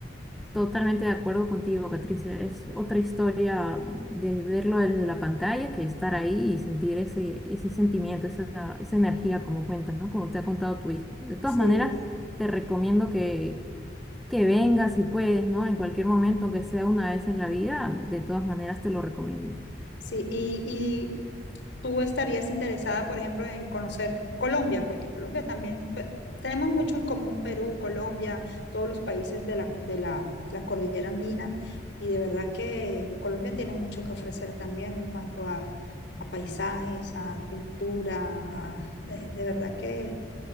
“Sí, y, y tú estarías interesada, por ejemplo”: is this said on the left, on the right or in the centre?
Left